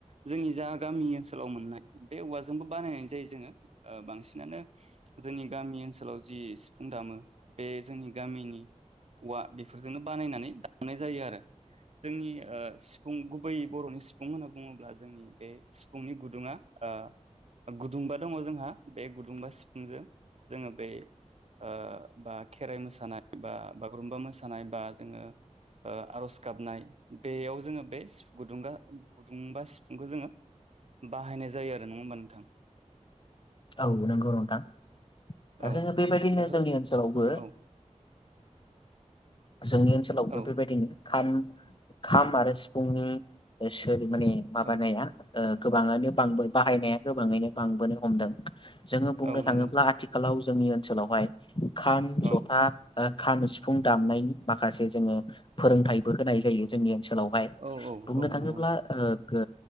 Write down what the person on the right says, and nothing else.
जोंनि जा गामि ओनसोलाव मोननाय बे औवाजोंबो बानायनाय जायो जोङो बांसिनानो जोंनि गामि ओनसोलाव जि सिफुं दामो बे जोंनि गामिनि औवा बेफोरजोंनो बानायनानै दामनाय जायो आरो जोंनि ओ सिफुं गुबै बर'नि सिफुं होनना बुङोब्ला जोंनि बे सिफुंनि गुदुङा ओ गुदुंबा दङ जोंहा बे गुदुंबा सिफुंजों जोङो बे ओ बा खेराइ मोसानाय बा बागुरुम्बा मोसानाय बा जोङो ओ आरज गाबनाय बेयाव जोङो बे सिफ गुदुंगा गुदुंबा सिफुंखौ जोङो बाहायनाय जायो आरो नङा होमबा नोंथां?
औ
बेफोर
औ
औ
औ
औ
नंगौ नोंथां
औ
औ औ
औ
नंगौ नोंथां